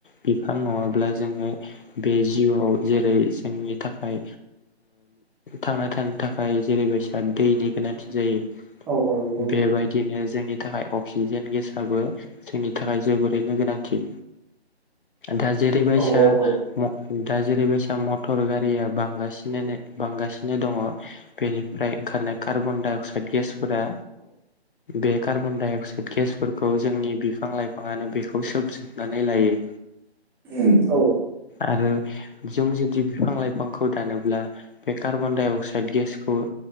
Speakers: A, on the left; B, in the centre.
A: बिफां नङाब्ला जोङो बे जिउआव जेरै जोंनि थाखाय थांना थानो थाखाय जेरैबायसा दैनि गोनांथि जायो
B: औ औ नंगौ नोंथां
A: बेबायदिनो जोंनि नि थाखाय अक्सिजेन गेसआबो जोंनि थाखाय जोबोरैनो गोनांथि दा जेरै बायसा
B: औ औ
A: दा जेरै बायसा मटर गारिया बांगासिनो दङ बेनिफ्राय ओंखारनाय कार्बन डाइ अक्साइद गेसफोरा बे कार्बन डाइ अक्साइड गेसफोरखौ जोंनि बिफां लाइफाङानो बेखौ सोबजोब नानै लायो
B: उम औ
A: आरो जों जुदि बिफां लाइफांखौ दानोब्ला बे कार्बन डाइ अक्साइद गेसखौ